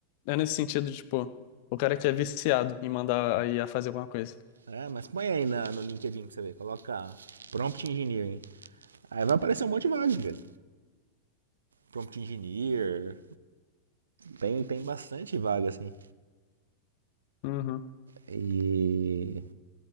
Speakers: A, on the left (about 45°); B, on the right (about 70°).
A: é nesse sentido, tipo, o cara que é viciado em mandar a IA fazer alguma coisa.
B: É, mas põe aí na, no LinkedIn pra você ver. Coloca prompt engineering. Aí vai aparecer um monte de vagas, cara. Prompt engineer. Tem, tem bastante vaga, assim.
A: Uhum.
B: E